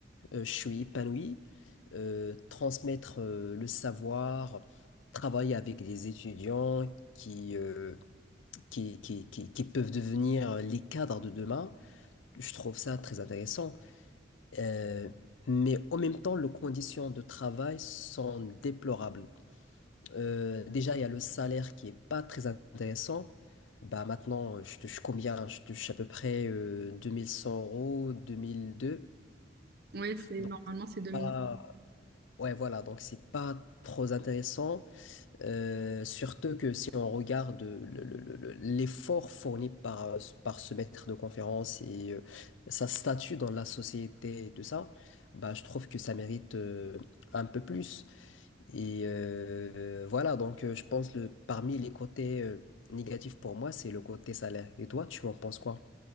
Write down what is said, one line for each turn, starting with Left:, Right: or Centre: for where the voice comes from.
Left: euh, je suis épanoui, euh, transmettre euh, le savoir, travailler avec des étudiants qui, euh, qui, qui, qui, qui peuvent devenir les cadres de demain, je trouve ça très intéressant. Euh, mais en même temps, les conditions de travail sont déplorables. Euh, déjà, il y a le salaire qui est pas très intéressant. Bah, maintenant, euh, je touche combien? Je touche à peu près euh, 2100 euros, 2002.
Right: Oui, c'est
Left: Donc,
Right: normalement c'est 2
Left: pas... ouais, voilà. Donc, c'est pas trop intéressant. Euh, surtout que si on regarde le- le- le- le- l'effort fourni par, euh, par ce maître de conférence et euh, sa statut dans la société et tout ça, bah, je trouve que ça mérite euh, un peu plus. Et euh, voilà, donc euh, je pense le parmi les côtés euh, négatifs pour moi, c'est le côté salaire. Et toi, tu en penses quoi?